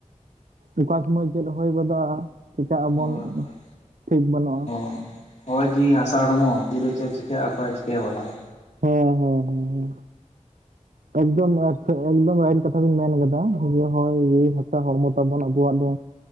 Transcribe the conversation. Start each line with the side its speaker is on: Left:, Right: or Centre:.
Right: ᱚᱠᱟ ᱥᱚᱢᱚᱭ ᱪᱮᱫ ᱦᱩᱭ ᱜᱚᱫᱚᱜ-ᱟ, ᱪᱤᱠᱟᱹᱜ ᱟᱵᱚᱱ
Left: ᱦᱳᱭ ᱦᱳᱭ
Right: ᱴᱷᱤᱠ ᱵᱟᱱᱩᱜ-ᱟ᱾
Left: ᱦᱳᱭ ᱦᱚᱭ ᱡᱤᱣᱤ ᱦᱟᱥᱟ ᱦᱚᱲᱢᱚ ᱛᱤᱨᱮ ᱪᱮᱫ ᱪᱤᱠᱟᱹᱜ-ᱟ ᱚᱠᱚᱭ ᱪᱤᱠᱟᱹᱭ ᱵᱟᱲᱟᱭ᱾
Right: ᱦᱮᱸ ᱦᱮᱸ ᱦᱩᱸ ᱦᱩᱸ᱾ ᱮᱠᱫᱚᱢ <inaudible> ᱮᱠᱫᱚᱢ ᱨᱟᱭᱤᱴ ᱠᱟᱛᱷᱟ ᱵᱤᱱ ᱢᱮᱱ ᱟᱠᱟᱫᱟ <inaudible> ᱦᱳᱭ ᱡᱤᱣᱤ ᱦᱟᱥᱟ ᱦᱚᱲᱢᱚ ᱛᱟᱵᱚᱱ ᱟᱵᱚᱣᱟᱜ ᱫᱚ᱾